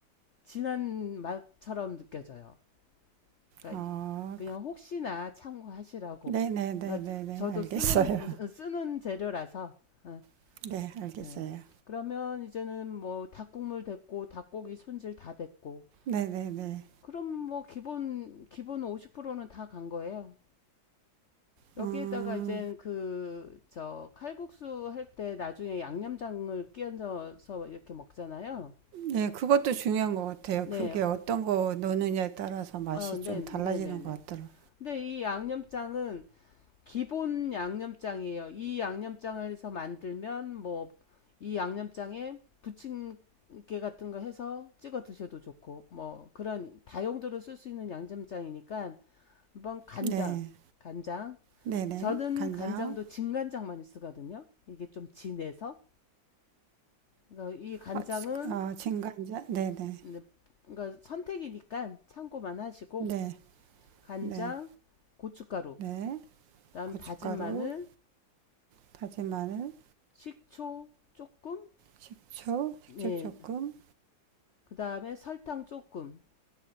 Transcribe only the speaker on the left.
진한 맛처럼 느껴져요. 그러니까
그냥 혹시나 참고하시라고.
그러니까 저도
쓰는 부- 쓰는 재료라서. 어,
예. 그러면 이제는 뭐 닭국물 됐고 닭고기 손질 다 됐고.
그럼 뭐 기본 기본 50%는 다 간 거예요. 여기에다가
이제 그 저 칼국수 할 때 나중에 양념장을 끼얹어서 이렇게 먹잖아요.
네.
어, 네,
네,
네, 네.
근데 이 양념장은 기본 양념장이에요. 이 양념장을 해서 만들면 뭐 이 양념장에 부침개 같은 거 해서 찍어 드셔도 좋고 뭐 그런 다용도로 쓸 수 있는 양념장이니까 한번 간장,
간장.
저는
간장도 진간장 많이 쓰거든요. 이게 좀 진해서. 그러니까 이 간장은
네, 그러니까 선택이니까 참고만 하시고
간장,
고춧가루,
그다음
다진 마늘,
식초 조금
네,
그 다음에 설탕 조금.